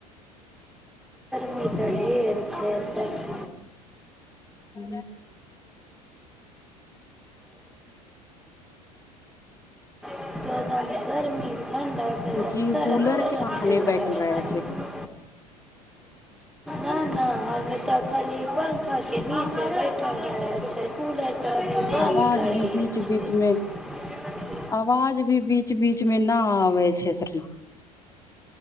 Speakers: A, in the centre; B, on the left.
A: नी तऽ ढेर छै सख
B: हू
A: एकदम गर्मी ठण्डाँ से एकदम
B: चूँकि
A: सड़द
B: कूलर
A: गरम
B: के सामने
A: हो
B: बैठल
A: जाइ
B: रहे
A: छै <unintelligible> नहि नहि हम तऽ खाली पंखा के निचे बैठल रह छ कूलर तऽ अभी बन्द
B: आवाज
A: करि
B: भी
A: दियै
B: बीच
A: छियै
B: बीच मे आवाज भी बीच बीचमे ना आबै छै सहि